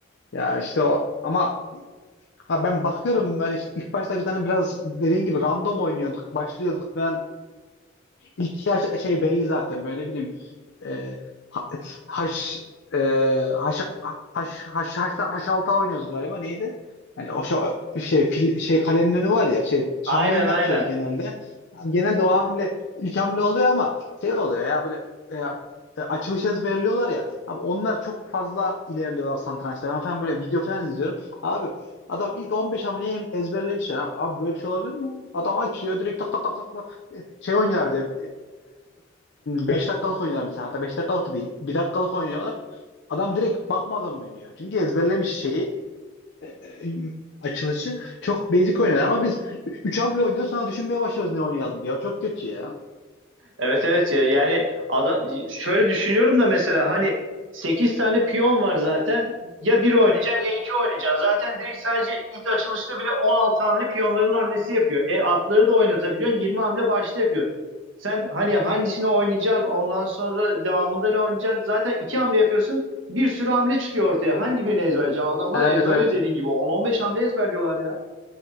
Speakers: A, on the left; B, on the right.
A: Ya işte o ama Ha ben bakıyorum böyle işte ilk başta biz hani biraz dediğin gibi random oynuyorduk, başlıyorduk ve İlk yaş şey belli zaten böyle ne bileyim e, ha- haş e, haş haş haş haşta haş alta oynuyoruz galiba neydi? Hani o şa- şey fil, şey kalenin önü var ya şey şahın
B: Aynen
A: önünü
B: aynen.
A: açıyoruz genelde. Genelde o hamle ilk hamle oluyor ama şey oluyor ya böyle e, e, açılış ezberliyorlar ya. Abi onlar çok fazla ilerliyorlar satrançta. Ben falan böyle video falan izliyorum. Abi adam ilk 15 hamleyi ezberlemiş ya. Abi böyle bir şey olabilir mi? Adam açıyor direkt tak tak tak tak şey oynuyorlar bir de 5 dakikalık oynuyorlar mesela hatta 5 dakikalık da değil bir dakikalık oynuyorlar. Adam direkt bakmadan oynuyor. Çünkü ezberlemiş şeyi e, e, açılışı. Çok basic oynuyorlar ama biz 3 hamle oynuyor sonra düşünmeye başlıyoruz ne oynayalım diye. O çok kötü ya.
B: Evet evet ya yani ada- şöyle düşünüyorum da mesela hani 8 tane piyon var zaten ya bir oynayacaksın ya 2 oynayacaksın. Zaten direkt sadece ilk açılışta bile 16 hamle piyonların hamlesi yapıyor. E atları da oynatabiliyorsun 20 hamle başta yapıyor. Sen hani hangisini oynayacaksın ondan sonra devamında ne oynayacaksın zaten 2 hamle yapıyorsun bir sürü hamle çıkıyor ortaya. Hangi birini ezberleyeceksin? Adamlar
A: Evet
B: ezberliyor
A: evet.
B: dediğin gibi on on beş hamle ezberliyorlar ya.